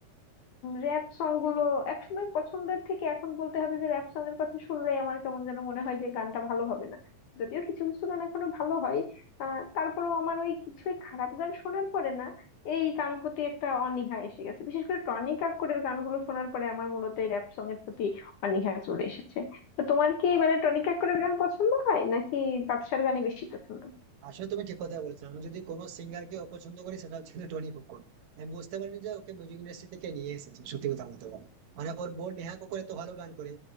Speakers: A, on the left; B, on the right.
A: র‍্যাপ সং গুলো একসময় পছন্দের থেকে এখন বলতে হবে যে র‍্যাপ সং এর কথা শুনলেই আমার কেমন যেন মনে হয় যে গানটা ভালো হবে না যদিও কিছু কিছু গান এখনো ভালো হয় আহ তারপরেও আমার ওই কিছুই খারাপ গান শোনার পরে না এই গান প্রতি একটা অনীহা এসে গেছে বিশেষ করে টনি কাক্করের গানগুলো শোনার পরে আমার মূলত এই র‍্যাপ সং এর প্রতি অনীহা চলে এসেছে তো তোমার কি মানে টনি কাক্করের গান পছন্দ হয় নাকি বাদশার গানই বেশি পছন্দ
B: আসলে তুমি ঠিক কথাই বলেছো আমি যদি কোনো সিঙ্গারকে অপছন্দ করি সেটা হচ্ছে কিন্তু টনি কক্কর আমি বুঝতে পারিনি যে ওকে মিউজিক ইন্ডাস্ট্রি থেকে নিয়ে এসেছে সত্যি কথা বলতে গেলে। মানে ওর বোন নেহা কক্কর এত ভালো গান করে